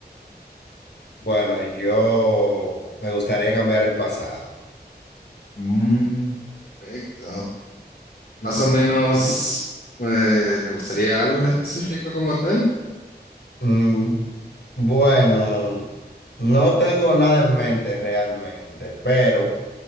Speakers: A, on the left; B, on the left.
A: Bueno, yo me gustaría cambiar el pasado.
B: Mm, perfecto. Más o menos, eh, ¿te gustaría algo en específico como tal?
A: Mm, bueno, no tengo nada en mente realmente, pero